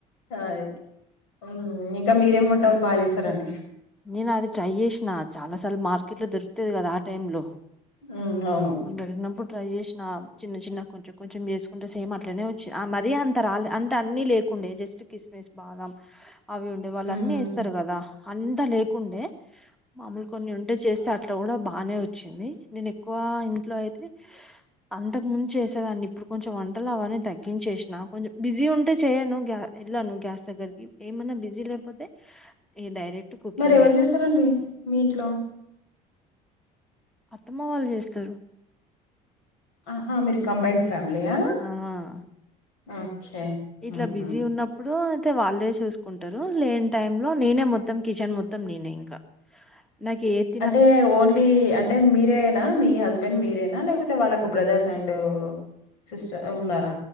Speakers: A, on the left; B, in the centre.
A: అయ్ హ్మ్ ఇంకా మీరేమి వంటలు బా చేస్తారండి
B: నేను అది ట్రై చేసిన చాలా సార్లు మార్కెట్ లో దొరుకుతది కదా ఆ టైమ్ లో
A: హ్మ్ అవును
B: దొరికినప్పుడు ట్రై చేసిన చిన్న చిన్న కొంచెం కొంచెం చేస్కుంట సేమ్ అట్లనే వచ్చ ఆ మరీ అంత తా రాలె అంటే అన్ని లేకుండే జస్ట్ కిస్మిస్ బాదం అవి ఉండే వాళ్ళు
A: హ్మ్.
B: అన్ని వేస్తారు కదా అంతా లేకుండే మామూలు కొన్ని ఉంటే చేస్తార్ అట్లా కూడా బానే వచ్చింది నేను ఎక్కువ ఇంట్లో అయితే అంతకు ముందు చేసేదాన్ని ఇప్పుడు కొంచెం వంటలు అవన్నీ తగ్గించేసినా కొంచెం బిజీ ఉంటే చెయ్యను గ్య ఎళ్లా ను్ గ్యాస్ దగ్గరకి ఏమన్నా బిజీ లేకపోతే ఈ డైరెక్ట్. కుకింగే
A: మరి ఎవరు చేస్తారండి మీ ఇంట్లో.
B: అత్తమ్మ వాళ్ళు చేస్తారు
A: ఆహా మీరు కంబైండ్ ఫ్యామిలీయా
B: ఆ
A: ఓకే.
B: ఇట్లా
A: హుహు.
B: బిజీ ఉన్నప్పుడు అయితే వాళ్ళే చూసుకుంట. లేని టైంలో నేనే మొత్తం కిచెన్ మొత్తం నేనే ఇంకా నాకేద్.
A: అంటే ఓన్లీ అంట. అంటే మీరేైనా మీ హస్బెండ్ మీరేనా లేకపోతే వాళ్ళకు బ్రదర్స్ అండ్. సిస్టర్ ఉన్నారా.